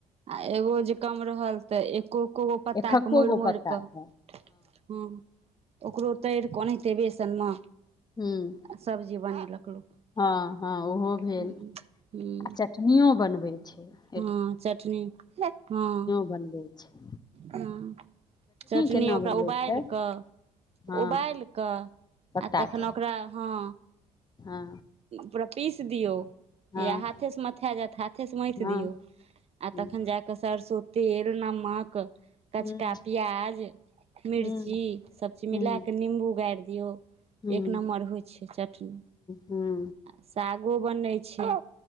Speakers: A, on the right; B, on the left.
A: आ एगो जे कम रहल तऽ एक को को गो
B: छै
A: पत्ता
B: एकहक्को
A: के मोड़ि
B: गो
A: मोड़
B: पत्ताके
A: कऽ हँ। ओकरो तैर के ओनाहिते बेसन म
B: हूँ
A: सब्जी बनेलक लोक।
B: हँ हँ ओहो भेल
A: हूँ हूँ
B: आ चटनियो बनबै छैय।
A: हँ चटनी हँ।
B: बनबै छैय।
A: हाँ चटनी
B: केना
A: ओकरा
B: बनबै
A: उबालय
B: छै
A: क
B: हँ
A: उबालय कऽ
B: पत्ताके
A: आ तखन ओकरा हँ।
B: हँ
A: पूरा पीस दियो
B: हँ
A: या हाथे से मथा जायत हाथ हाथे से मथि
B: हँ
A: दियौ आ
B: हूँ
A: तखन जा कऽ सरसो तेल नमक कचका
B: हूँ
A: प्याज मिर्ची
B: हूँ
A: सभचीज
B: हूँ
A: मिला कऽ निम्बू गारि दियौ।
B: हूँ
A: एक नमबर होइ छैय चटनी
B: हूँ
A: आ सागो बनै छैय।